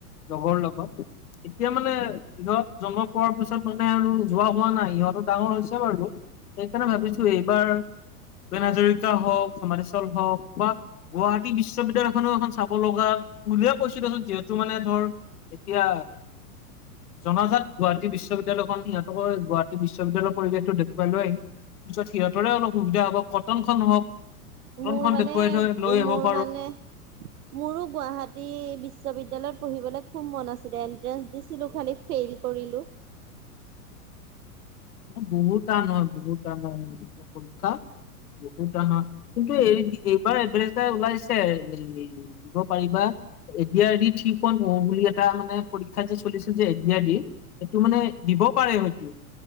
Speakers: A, on the left; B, on the right.
A: লগৰ লগত এতিয়া মানে কিহত জন্ম পোৱাৰ পিছত মানে আৰু। যোৱা হোৱা নাই, সিহঁতো ডাঙৰ হৈছে বাৰু সেইকাৰণে ভাবিছো এইবাৰ ভূপেহাজৰিকা হওক, সমান্ধিস্থল হওক বা গুৱাহাটী বিশ্ববিদ্যালয়খনো এখন চাব লগা বুলেই কৈছোঁ মানে যিহেতু মানে ধৰ এতিয়া জনাজাত গুৱাহাটী বিশ্ববিদ্যালয়খন সিহঁতকো গুৱাহাটী বিশ্ববিদ্যালয়ৰ পৰিৱেশটো দেখুৱাই লৈ আহিম। পিছত সিহঁততে অলপ সুবিধা হ'ব। কটনখন হওক, কটনখন
B: মোৰ মানে,
A: দেখুৱাই থৈ লৈ আহিব
B: মোৰ
A: পাৰো।
B: মানে মোৰো গুৱাহী বিশ্ববিদ্যালয়ত পঢ়লে খুব মন আছিল এন্ট্ৰেঞ্চ দিছিলো খালী, ফেইল কৰিলোঁ।
A: বহুত টান হয়, বহুত টান হয় পৰীক্ষা। বহুত টান হয় কিন্তু এই এইবাৰ এড্ৰেজ ওলাইছে, এই দিব পাৰিবা। A D R E three point O বুলি এটা মানে পৰীক্ষা যে চলিছিল যে এ ডি আৰ ৰ। সেইটো মানে দিব পাৰে হয়তো।